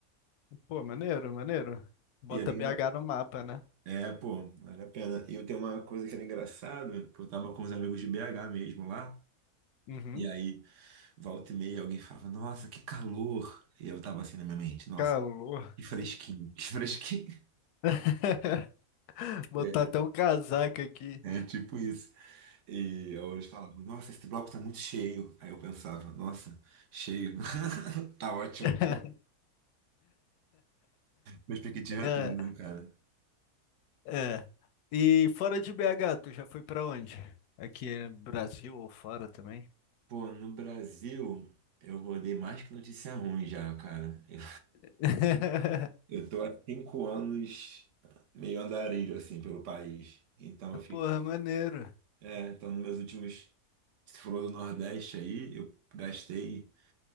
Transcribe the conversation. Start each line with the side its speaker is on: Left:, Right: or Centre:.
Left: Pô, maneiro, maneiro. Bota
Right: E era, engra-
Left: BH no mapa, né?
Right: é, pô, vale a pena. E eu tenho uma coisa que era engraçada, que eu tava com os amigos de BH mesmo lá.
Left: Uhum.
Right: E aí Volta e meia alguém falava, nossa, que calor. E eu tava assim na minha mente, nossa,
Left: Calor.
Right: que fresquinho, que fresquinho.
Left: <laughs> Botar
Right: É,
Left: até um casaco aqui.
Right: é tipo isso. E eu, eles falavam, nossa, esse bloco tá muito cheio. Aí eu pensava, nossa, cheio, <laughs> tá ótimo.
Left: <laughs>
Right: Perspectiva
Left: É.
Right: é tudo, né, cara?
Left: É. E fora de BH, tu já foi pra onde? Aqui no Brasil ou fora também?
Right: Pô, no Brasil, eu rodei mais que notícia ruim já, cara. Eu,
Left: <laughs>
Right: <laughs> eu tô há cinco anos meio andarilho, assim, pelo país. Então eu fico.
Left: Porra, maneiro.
Right: É, então nos meus últimos Você falou do Nordeste aí, eu gastei